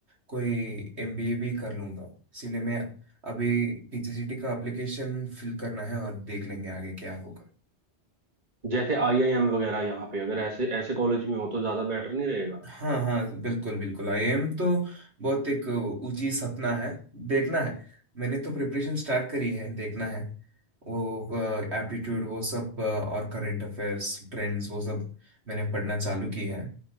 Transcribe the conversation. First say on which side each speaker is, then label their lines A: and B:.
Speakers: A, on the right; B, on the right.
A: कोई एमबीए भी कर लूंगा इसीलिए मैं अभी पीजीसीटी का एप्लीकेशन फिल करना है और देख लेंगे आगे क्या होगा
B: जैसे आईआईएम वगैरह यहाँ पे अगर ऐसे ऐसे कॉलेज में हो तो ज़्यादा बेटर नहीं रहेगा
A: हाँ हाँ बिल्कुल बिल्कुल आई एम तो बहुत एक ऊंची सपना है देखना है मैंने तो प्रिपरेशन स्टार्ट करी है देखना है वो एप्टीट्यूड वो सब अ, और करंट अफेयर्स ट्रेंड्स वो सब मैंने पढ़ना चालू की है